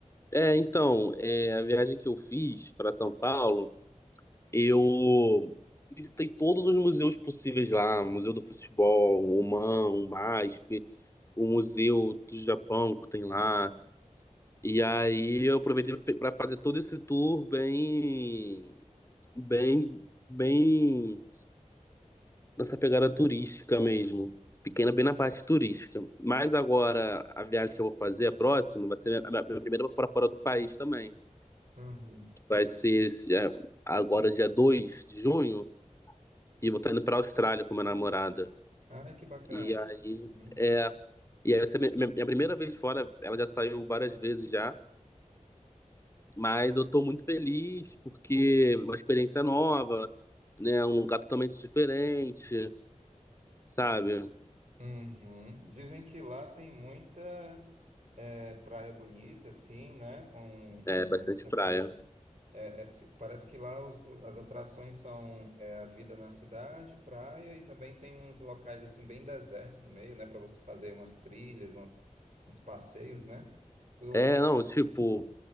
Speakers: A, on the left; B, on the right.
A: É, então, é, a viagem que eu fiz para São Paulo, eu visitei todos os museus possíveis lá, Museu do Futebol, o MAM, o MASP, o Museu do Japão que tem lá. E aí eu aproveitei para fazer todo esse tour bem, bem, bem nessa pegada turística mesmo. Fiquei na- bem na parte turística. Mas agora a viagem que eu vou fazer, a próxima, vai ser a minha a minha primeira para fora do país também.
B: Uhum.
A: Vai ser já- agora dia 2 de junho e eu vou estar indo pra Austrália com minha namorada.
B: Ai, que bacana.
A: E aí
B: Uhum.
A: é. E aí vai ser minha, minha- minha primeira vez fora, ela já saiu várias vezes já, mas eu tô muito feliz porque é uma experiência nova, né? Um lugar totalmente diferente, sabe?
B: Uhum. Dizem que lá tem muita é, praia bonita, assim, né? Um,
A: É
B: um ambiente
A: bastante
B: também.
A: praia.
B: é, é ci- parece que lá os- o- as atrações são é, a vida na cidade, praia, e também tem uns locais assim bem desertos no meio, né? Para você fazer umas trilhas, umas, uns passeios, né? Tu,
A: É, não, tipo,